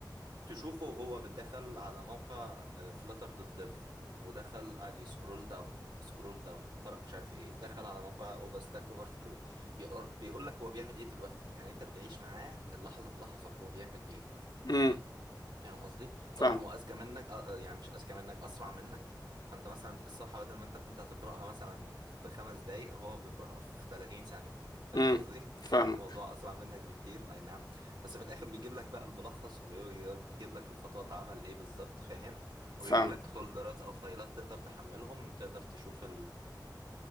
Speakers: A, on the right; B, on the left.
A: تشوفه وهو بتدخل على موقع فلاتر دوت ديف ودخل قعد يسكرول داون سكرول داون قرأ مش عارف ايه دخل على موقع اوفر ستاك اوفر فلو بيقول لك هو بيعمل ايه دلوقتي يعني انت بتعيش معاه لحظه بلحظه هو بيعمل ايه
B: امم
A: فاهم قصدي
B: فاهمك
A: طبعا هو اذكى منك آه، آه، يعني مش اذكى منك اسرع منك فانت مثلا الصفحه بدل ما انت كنت هتقراها مثلا في خمس دقايق هو بيقراها في 30 ثانيه فاهم
B: امم
A: قصدي
B: فاهمك
A: <laughs> الموضوع اسرع منك بكتير اي نعم بس في الاخر بيجيب لك بقى الملخص وبيجيب لك الخطوات عمل ايه بالظبط فاهم
B: فاهمك
A: وبيجيب لك فولدرات او فايلات تقدر تحملهم وتقدر تشوف